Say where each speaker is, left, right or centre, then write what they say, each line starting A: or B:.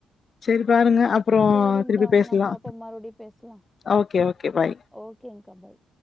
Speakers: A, on the left; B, in the centre.
A: சேரி பாருங்க அப்புறோ
B: சேரி்ங்கா
A: திருப்பி பேசலா
B: நம் பாப்பே மறுபடியு பேஸ்லா
A: ஓகே ஓகே பாய்
B: ஓகேங்கா பாய்